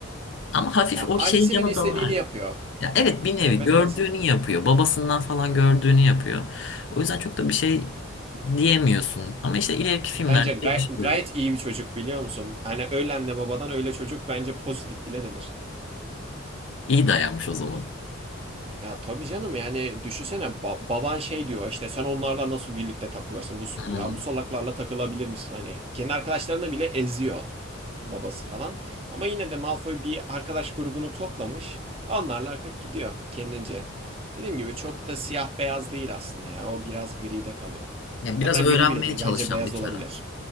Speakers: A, on the left (about 60°); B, on the right (about 30°).
A: Ama hafif
B: ya,
A: o
B: ailesinin
A: şeyin yanı
B: istediğini
A: da var.
B: yapıyor.
A: Ya evet bir nevi
B: Yani ben
A: gördüğünü
B: en azından
A: yapıyor. Babasından falan gördüğünü yapıyor. O yüzden çok da bir şey diyemiyorsun. Ama işte ileriki filmlerde
B: bence gay-
A: değişiyor.
B: gayet iyi bir çocuk biliyor musun? Hani öyle anne babadan öyle çocuk bence pozitif bile denir.
A: İyi dayanmış o zaman.
B: Ya tabii canım yani düşünsene ba- baban şey diyor işte sen onlarla nasıl birlikte takılırsın
A: Hmm.
B: bu ya bu salaklarla takılabilir misin hani kendi arkadaşlarına bile eziyor babası falan ama yine de Malfoy bir arkadaş grubunu toplamış onlarla akıp gidiyor kendince. Dediğim gibi çok da siyah beyaz değil aslında ya o biraz gri de kalıyor.
A: Ya biraz
B: Hatta
A: öğrenmeye
B: gri bile değil
A: çalışan
B: bence beyaz
A: bir taraf.
B: olabilir.